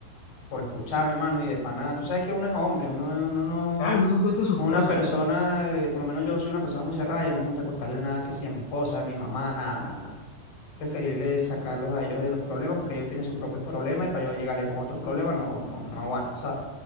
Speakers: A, on the left (about 35°); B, on the left (about 70°).
A: por escucharme, mano, y de pana. Tú sabes que uno es hombre, uno, uno no,
B: Claro, uno no cuenta sus
A: no
B: cosas,
A: es una persona,
B: loco.
A: eh, por lo menos yo soy una persona muy cerrada y a mí no me gusta cortarle nada que sea a mi esposa, a mi mamá, nada, nada, nada. Preferirle sacarlos a ellos de los problemas porque ellos tienen sus propios problemas y para yo llegarle con otros problemas no, no, no aguanta, ¿sabes?